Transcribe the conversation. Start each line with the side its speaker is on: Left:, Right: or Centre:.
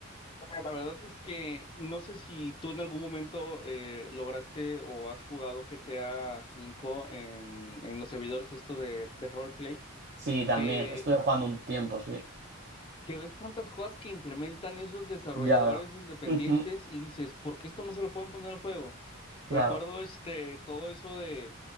Left: La verdad es que no sé si tú en algún momento eh, lograste o has jugado GTA V en, en los servidores esto de, de roleplay,
Right: Sí, también,
Left: que,
Right: estuve jugando un tiempo, sí.
Left: que ves tantas cosas que implementan esos desarrolladores
Right: Ya veo.
Left: independientes
Right: Ujú,
Left: y dices, ¿por qué esto no se lo pueden poner al juego? Recuerdo
Right: Claro,
Left: este todo eso de,